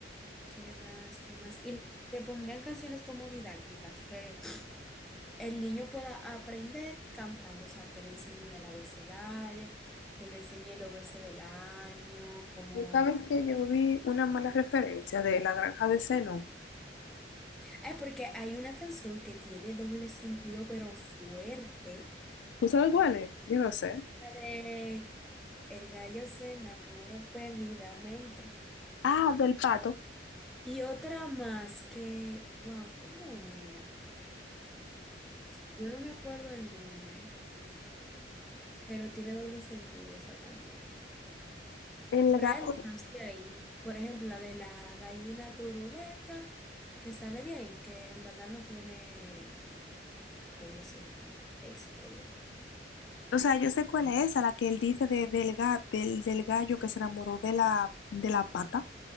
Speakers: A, in the centre; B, on the left.
A: ¿Qué más? ¿Qué más? Y le pondrían canciones como didácticas, que el niño pueda aprender cantando, o sea, que le enseñen el abecedario, que le enseñe el obese del año, como...
B: Tú sabes que yo vi una mala referencia de La Granja de Seno.
A: Ay, porque hay una canción que tiene doble sentido, pero fuerte.
B: ¿Tú sabes cuál es? Yo no sé.
A: La de El gallo se enamoró perdidamente.
B: Ah, del pato.
A: Y otra más que, wow, ¿cómo era? Yo no me acuerdo el nombre, pero tiene doble sentido esa también.
B: El
A: Pero
B: gato.
A: hay algunas de ahí, por ejemplo, la de la gallina turuleca, que sale de ahí, que en verdad no tiene doble sentido, esa por lo menos.
B: O sea, yo sé cuál es esa, la que él dice de, del, ga- del, del gallo que se enamoró de la, de la pata.